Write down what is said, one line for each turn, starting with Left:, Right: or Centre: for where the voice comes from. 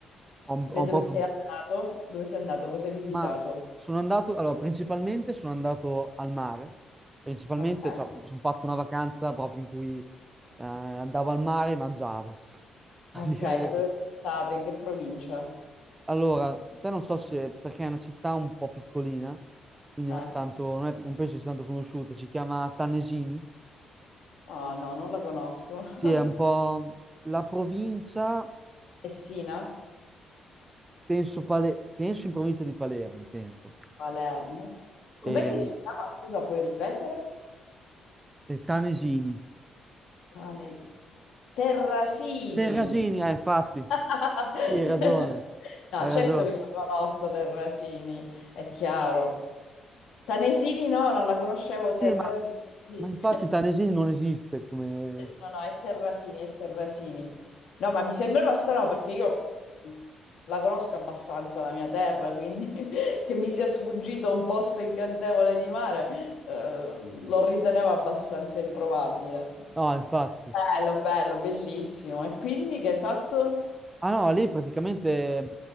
Right: ho, ho
Left: E
Right: un
Left: dove
Right: po'
Left: sei andato? Dove sei andato? Cosa hai visitato?
Right: Ma sono andato, allora, principalmente sono andato al mare, principalmente,
Left: Ok,
Right: cioè, sono fatto una vacanza proprio in cui eh, andavo al mare e mangiavo, <laughs> praticamente.
Left: ok, ma dove sei stato? In che provincia?
Right: Allora, te non so se, perché è una città un po' piccolina, quindi
Left: Eh.
Right: non è tanto, non, è- non penso sia tanto conosciuta, si chiama Tanesini,
Left: Ah, no, non la conosco.
Right: sì, è un po'
Left: <laughs>
Right: la provincia,
Left: Essina?
Right: penso, Pale- penso in provincia di Palermo, penso,
Left: Palermo. Com'è
Right: e,
Left: che si chiama? Scusa, puoi ripetere?
Right: e Tanesini.
Left: Cane... Terrasini.
Right: Del Rasini, ah, infatti,
Left: <laughs>
Right: sì, hai ragione,
Left: No,
Right: hai
Left: certo
Right: ragione.
Left: che lo conosco Terrasini, è chiaro. Tanesini no, non la conoscevo
Right: Sì,
Left: Terrasini.
Right: ma,
Left: <laughs>
Right: ma infatti Tanesini non esiste come...
Left: No, no, è Terrasini, è Terrasini. No, ma mi sembrava strano perché io mh, la conosco abbastanza la mia terra, quindi <laughs> che mi sia sfuggito un posto incantevole di mare, eh, lo ritenevo abbastanza improbabile.
Right: No, infatti.
Left: Bello, bello, bellissimo. E quindi che hai fatto?
Right: Ah no, lì praticamente